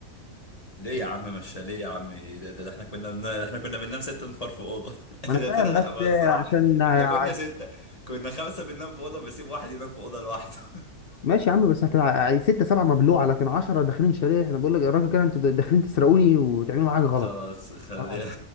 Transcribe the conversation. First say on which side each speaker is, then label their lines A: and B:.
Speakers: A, on the left; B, on the left.
A: ليه يا عم مش ليه يا عم ده, ده, ده احنا كنا بن... ده احنا كنا بننام ست نفار في اوضة <laughs>
B: ما انا
A: ده
B: فاهم
A: لا
B: بس
A: لا بس الصراحة
B: عشان ع-
A: احنا كنا ستة كنا خمسة بننام في اوضة بسيب واحد ينام في اوضة لوحده <laughs>
B: ماشي يا عم بس هتبقى ستة سبعة مبلوعة لكن 10 داخلين شاليه احنا بقول لك يا راجل كده انتوا داخلين تسرقوني وتعملوا معايا حاجة غلط
A: خلاص خليها
B: لا لا لا